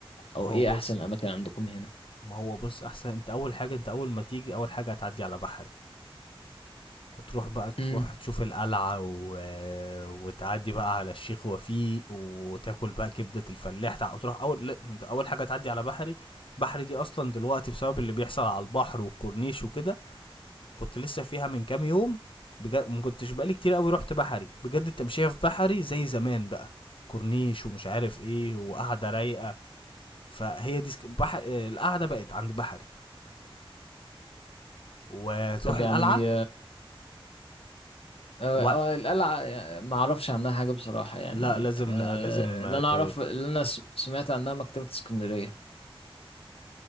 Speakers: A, on the left; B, on the left.
A: او
B: ما هو
A: ايه
B: بص
A: احسن الاماكن عندكم هنا
B: ما هو بص احسن انت اول حاجه انت اول ما تيجي اول حاجه هتعدي على بحري هتروح بقى تروح
A: امم
B: تشوف القلعة و... وتعدي بقى على الشيخ وفيق وتاكل بقى كبدة الفلاح تع- تروح أول لا، أول حاجة تعدي على بحري بحري دي أصلا دلوقتي بسبب اللي بيحصل على البحر والكورنيش وكده كنت لسه فيها من كام يوم بجد ما كنتش بقالي كتير قوي رحت بحري بجد التمشيه في بحري زي زمان بقى كورنيش ومش عارف ايه وقعده رايقه فهي دي سك... بحر... آه، القعده بقت عند بحري وتروح
A: طب يعني
B: القلعه
A: اه
B: وبعد
A: آه، القلعة ما اعرفش عنها حاجة بصراحة يعني
B: لا لازم
A: آه،
B: لا لازم
A: اللي انا اعرف
B: ت...
A: اللي انا س- سمعت عنها مكتبة اسكندرية